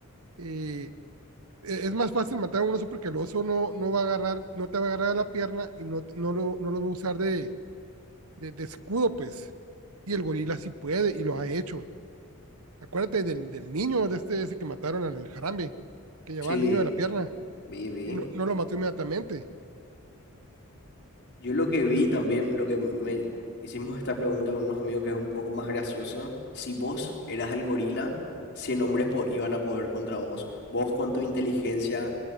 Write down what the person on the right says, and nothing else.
eh, e, es más fácil matar a un oso porque el oso no, no va a agarrar, no te va a agarrar a la pierna y no, no, lo, no lo va a usar de, de, de escudo, pues. Y el gorila sí puede y lo ha hecho. Acuérdate del, del niño, de este ese que mataron al jarambe, que llevaba
al niño de la pierna
y no, no lo mató inmediatamente.
Entonces,